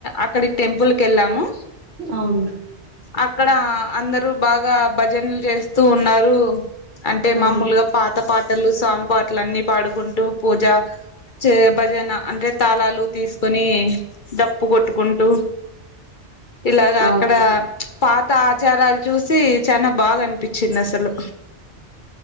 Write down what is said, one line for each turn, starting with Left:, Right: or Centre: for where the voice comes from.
Left: అక్కడికి టెంపుల్ కెళ్ళాము
Right: అవును
Left: అక్కడ అందరు బాగా భజనలు చేస్తూ ఉన్నారు అంటే
Right: ఉమ్
Left: మామూలుగా పాత పాటలు స్వామి పాటలు అన్ని పాడుకుంటూ పూజ చే భజన అంటే తాళాలు తీసుకుని డప్పు కొట్టు ఉంటూ ఇలాగ అక్కడ
Right: ఓకే
Left: ప్చ్ పాత్ కొత్త ఆచారాలు చూసి చానా బాగా అనిపించింది అసలు